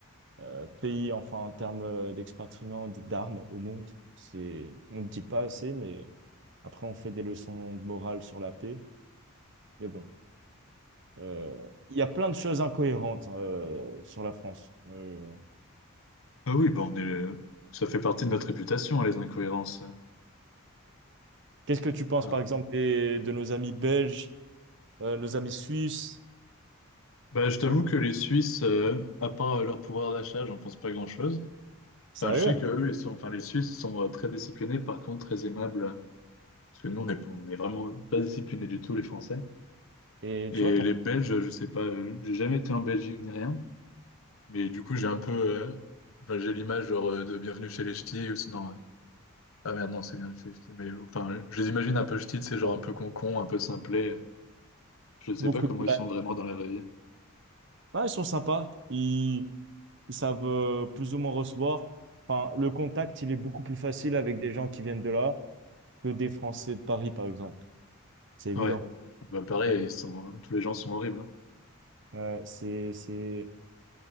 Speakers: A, on the right; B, on the left.
A: euh, pays, enfin, en termes euh, d'expatriement d- d'armes au monde. C'est, on ne le dit pas assez, mais après, on fait des leçons de morale sur la paix. Mais bon. Euh, Il y a plein de choses incohérentes euh, sur la France. Euh,
B: Ah oui, bon, on est, euh, ça fait partie de notre réputation, hein, les incohérences. euh.
A: qu'est-ce que tu penses,
B: Enfin,
A: par exemple, des- de nos amis belges, euh, nos amis suisses?
B: bah, je t'avoue
A: Tu vois,
B: que les Suisses, euh, à part leur pouvoir d'achat, j'en pense pas grand-chose.
A: sérieux?
B: Enfin, je sais que eux, ils sont, enfin, les Suisses sont euh, très disciplinés, par contre, très aimables. euh, Parce que nous, on est, on est vraiment pas disciplinés du tout, les Français.
A: Et
B: Et
A: tu vois pourquoi?
B: les Belges, je sais pas, euh, j'ai jamais été en Belgique ni rien, mais du coup j'ai un peu, euh, enfin, j'ai l'image genre euh, de Bienvenue chez les Ch'tis, ou sinon, euh, ah merde non c'est Bienvenue chez les Ch'tis, mais enfin je les imagine un peu ch'tis, c'est genre
A: Oh,
B: un peu concon, un peu simplet, je sais
A: Beaucoup
B: pas comment
A: de blagues.
B: ils sont vraiment dans la vraie vie.
A: Ouais, ils sont sympas. Ils, ils savent euh, plus ou moins recevoir. Enfin, le contact, il est beaucoup plus facile avec des gens qui viennent de là que des Français de Paris, par exemple. C'est évident.
B: Ouais, bah pareil,
A: Ouais.
B: ils sont, tous les gens sont horribles. hein.
A: Euh, c'est, c'est...